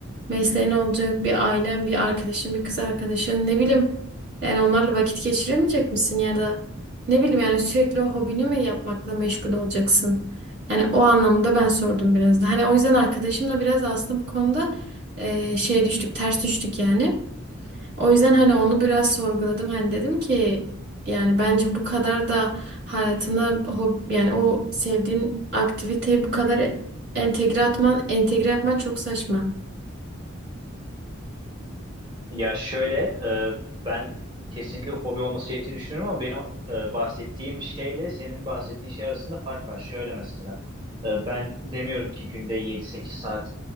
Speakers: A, on the right (about 55°); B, on the right (about 25°).
A: mesleğin olacak, bir ailen, bir arkadaşın, bir kız arkadaşın ne bileyim. Yani onlarla vakit geçiremeyecek misin ya da ne bileyim yani sürekli o hobini mi yapmakla meşgul olacaksın? Yani o anlamda ben sordum biraz da. Hani o yüzden arkadaşımla biraz da aslında bu konuda e, şey düştük, ters düştük yani. O yüzden hani onu biraz sorguladım. Hani dedim ki yani bence bu kadar da hayatına hob yani o sevdiğin aktiviteyi bu kadar e, entegre atman, entegre yapman çok saçma.
B: Ya şöyle e, ben kesinlikle hobi olması gerektiğini düşünüyorum ama benim e, bahsettiğim şeyle senin bahsettiğin şey arasında fark var. Şöyle mesela e, ben demiyorum ki günde yedi sekiz saat